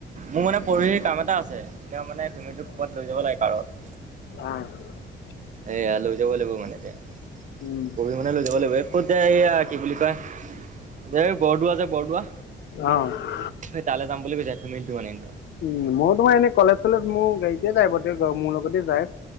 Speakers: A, on the right; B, on the left.
A: মোৰ মানে পৰহি কাম এটা আছে। তেওঁ মানে ফেমিলি টোক ক'বাত লৈ যাব লাগে, কাৰত।
B: অ'।
A: এইয়া লৈ যাব লাগিব মানে এতিয়া,
B: উম
A: পৰহি মানে লৈ যাব লাগিব। এই ক'ত যায়, এইয়া কি বুলি কয়। যে বৰদোৱা যে, বৰদোৱা।
B: অ
A: সেই তালে যাম বুলি ভাবিছে, ফেমেলিটো মানে ইহঁতৰ।
B: উম' মই তোমাৰ এনে কলেজ, চলেজ মোৰ গাড়ীতে যায় বাও, মোৰ লগতে যায়।